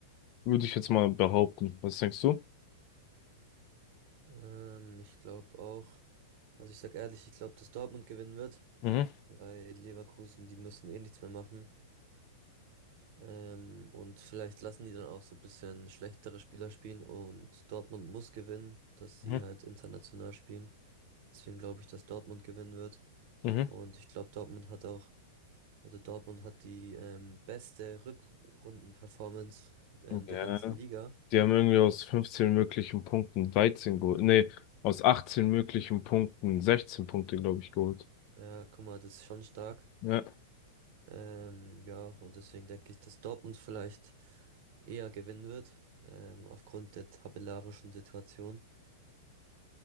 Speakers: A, on the left; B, on the right.
A: Würde ich jetzt mal behaupten. Was denkst du?
B: Ähm, ich glaube auch, also ich sag ehrlich, ich glaube, dass Dortmund gewinnen wird,
A: Mhm,
B: weil Leverkusen, die müssen eh nichts mehr machen. Ähm, und vielleicht lassen die dann auch so ein bisschen schlechtere Spieler spielen und Dortmund muss gewinnen, dass sie
A: mhm,
B: halt international spielen. Deswegen glaube ich, dass Dortmund gewinnen wird.
A: mhm.
B: Und ich glaube, Dortmund hat auch, also Dortmund hat die ähm, beste Rückrunden-Performance ähm, der
A: Ja,
B: ganzen Liga.
A: die haben irgendwie aus 15 möglichen Punkten 13 geholt. Nee, aus 18 möglichen Punkten 16 Punkte, glaube ich, geholt.
B: Ja, guck mal, das ist schon stark.
A: Ja.
B: Ähm, ja, und deswegen denke ich, dass Dortmund vielleicht eher gewinnen wird, ähm, aufgrund der tabellarischen Situation.